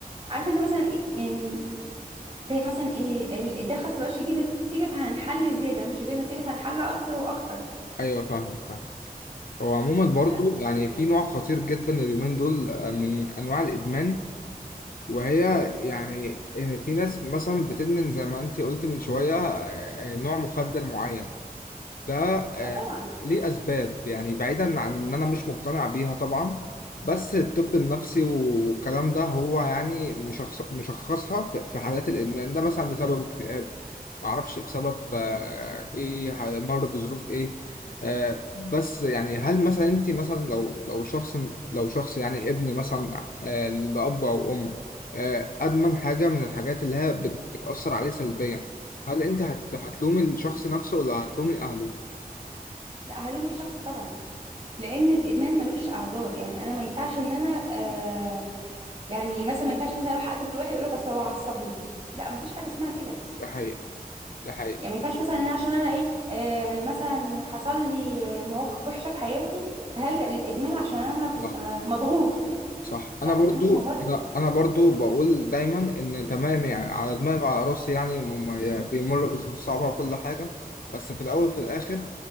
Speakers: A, on the right; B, on the left.
A: عارف انت مثلا إيه- يعني زي مثلا ايه ال- ده خلاص مبقاش يجيب نتيجه فهنحل زياده مش جايب نتيجه فهنحلها اكتر واكتر
B: ايوه فاهمك فاهم هو عموما برضو
A: ف-
B: يعني في نوع خطير جدا اليومين دول آه، من انواع الادمان وهي يعني آه، في ناس مثلا بتدمن زي ما انت قلت من شويه آه، آه، نوع مخدر معين ده آه،
A: آه طبعا
B: ليه أسباب يعني بعيدا عن إن أنا مش مقتنع بيها طبعا بس الطب النفسي والكلام ده هو يعني مشخص مشخصها في في حالات الإدمان ده مثلا بسبب اكتئاب معرفش بسبب آه، إيه ح- مر بظروف إيه آه، بس يعني هل مثلا أنت مثلا لو لو شخص لو شخص يعني ابن مثلا آه، لأب أو أم آه، أدمن حاجة من الحاجات اللي هي بت- بتأثر عليه سلبيا هل أنت هت- هتلومي الشخص نفسه ولا هتلومي أهله؟
A: لا هلوم الشخص طبعا لان الادمان ملوش اعذار يعني انا ما ينفعش ان انا آه يعني مثلا ما ينفعش مثلا اروح اقتل واحد اقول لك اصل هو عصبني لا ما فيش حاجه اسمها كده
B: ده حقيقة ده حقيقة
A: يعني ما ينفعش مثلا انا عشان انا ايه آه مثلا حصل لي آه، مواقف وحشه في حياتي فهلجأ للادمان عشان انا كنت
B: صح
A: مضغوط
B: صح
A: لا
B: انا برضو
A: ده مش مبرر
B: لا انا برضو بقول دايما ان تمام يعني على دماغي وعلى راسي يعني م- م- يعني بيمر بظروف صعبة وكل حاجة بس في الاول في الاخر